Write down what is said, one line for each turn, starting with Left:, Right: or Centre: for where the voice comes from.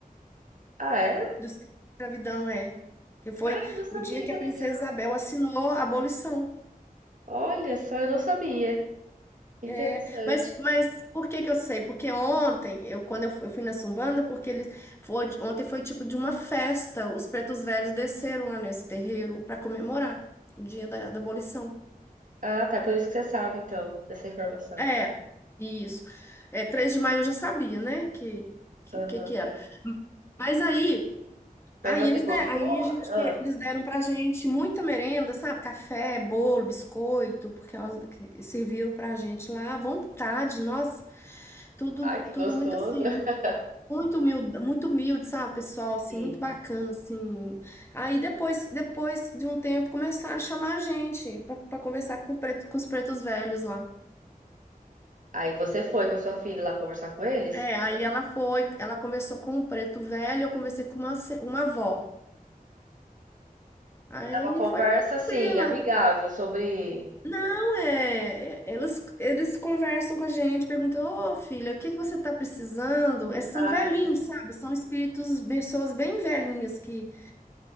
Right: Ah, é?
Left: da escravidão, é. Que foi
Right: Ah, eu não sabia,
Left: o dia que
Right: que
Left: a princesa
Right: legal.
Left: Isabel assinou a abolição.
Right: Olha só, eu não sabia. Que interessante.
Left: É, mas, mas por que que eu sei? Porque ontem, eu, quando eu, fu- eu fui na Sumbanda, porque eles foi, ontem foi tipo de uma festa, os pretos velhos desceram lá nesse terreiro para comemorar o dia da, da abolição.
Right: Ah, tá. É por isso que você sabe, então, dessa informação.
Left: É, isso. É, 3 de maio eu já sabia, né, que que,
Right: Aham.
Left: que, que era. Mas aí,
Right: Mas
Left: aí
Right: você
Left: eles
Right: gostou?
Left: de, aí a gente
Right: Ah,
Left: te- eles deram pra gente muita merenda, sabe? Café, bolo, biscoito, porque elas- que serviram pra gente lá à vontade, nossa. Tudo,
Right: ai,
Left: bu-
Right: que
Left: tudo
Right: gostoso.
Left: muito assim.
Right: <laughs>
Left: né? Muito humilde, muito humilde, sabe, pessoal, assim,
Right: Sim.
Left: muito bacana, assim. Aí depois, depois de um tempo, começaram a chamar a gente para conversar com, o preto- com os pretos velhos lá.
Right: Aí você foi com a sua filha lá conversar com eles?
Left: É, aí ela foi, ela conversou com um preto velho, eu conversei com uma, se- uma avó. Aí
Right: É uma conversa,
Left: foi
Right: assim,
Left: tranquila.
Right: amigável sobre.
Left: Não, é, é- elas, eles conversam com a gente, perguntam, ô filha, o que que você tá precisando? É, são
Right: Ah,
Left: velhinhos,
Right: entendi.
Left: sabe? São espíritos, pessoas bem velhinhas que,